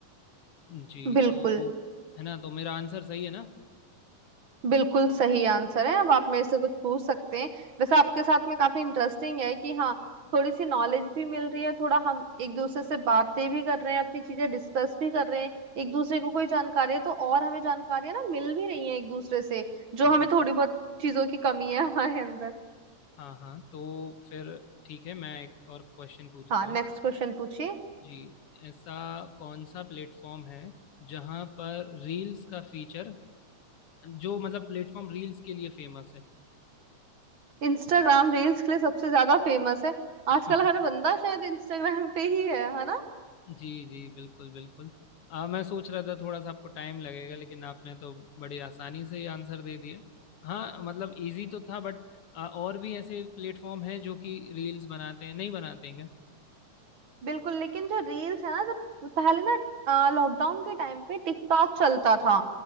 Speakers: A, on the left; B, on the right.
A: जी
B: बिल्कुल
A: तो वो- है ना तो मेरा आंसर सही है ना
B: बिल्कुल सही आंसर है अब आप मेरे से कुछ पूछ सकते हैं वैसे आपके साथ में काफी इंटरेस्टिंग है कि हाँ थोड़ी सी नॉलेज भी मिल रही है थोड़ा हम एक दूसरे से बातें भी कर रहे हैं अपनी चीजें डिस्कस भी कर रहे हैं एक दूसरे को कोई जानकारी है तो और हमें जानकारियां ना मिल भी रही हैं एक दूसरे से जो हमें
A: जी
B: थोड़ी बहुत चीजों की कमी है हमारे अंदर
A: हाँ हाँ तो फिर ठीक है मैं एक और क्वेश्चन पूछता
B: हाँ
A: हूँ
B: नेक्स्ट क्वेश्चन पूछिए
A: जी ऐसा कौन सा प्लेटफॉर्म है जहाँ पर रील्स का फीचर जो मतलब प्लेटफॉर्म रील्स के लिए फेमस है
B: इंस्टाग्राम
A: ठीक है
B: रील्स के लिए सबसे ज्यादा फेमस है
A: <laughs>
B: आजकल हर बंदा शायद इंस्टाग्राम पे ही है है ना
A: जी जी बिल्कुल बिल्कुल आ, मैं सोच रहा था थोड़ा सा आपको टाइम लगेगा लेकिन आपने तो बड़ी आसानी से ही आंसर दे दिया हाँ मतलब इजी तो था बट आ, और भी ऐसे प्लेटफॉर्म हैं जो कि रील्स बनाते हैं नहीं बनाते हैं क्या
B: बिल्कुल लेकिन जो रील्स है ना जब पहले ना लॉकडाउन के टाइम पे टिकटॉक चलता था